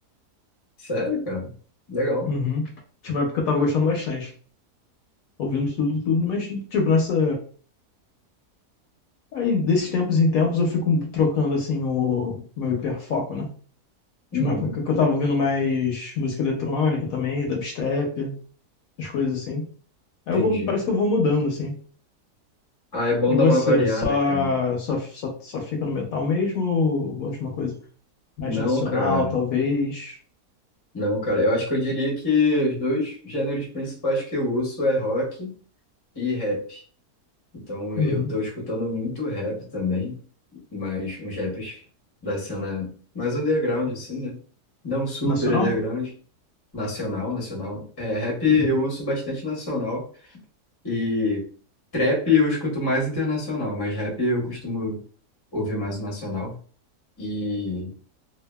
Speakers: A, on the left (about 25°); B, on the left (about 70°).
A: Sério, cara? Legal.
B: Uhum. Tinha uma época que eu tava gostando bastante. Ouvindo tudo, tudo, mas, tipo, nessa. Aí, desses tempos em tempos, eu fico trocando, assim, o meu hiperfoco, né? Tinha
A: Uhum.
B: uma época que eu tava ouvindo mais música eletrônica também, dubstep, as coisas assim. Aí
A: Entendi.
B: eu vou, parece que eu vou mudando, assim.
A: Ah, é bom
B: E você,
A: dar uma variada,
B: só,
A: cara.
B: só, só, só fica no metal mesmo ou gosta de uma coisa mais
A: Não,
B: nacional,
A: cara.
B: talvez?
A: Não, cara. Eu acho que eu diria que os dois gêneros principais que eu uso é rock e rap. Então
B: Uhum.
A: eu tô escutando muito rap também, mas uns raps da cena mais underground, assim, né? Não super
B: Nacional?
A: underground. Nacional, nacional. É, rap eu
B: Uhum.
A: uso bastante nacional. E trap eu escuto mais internacional, mas rap eu costumo ouvir mais o nacional. E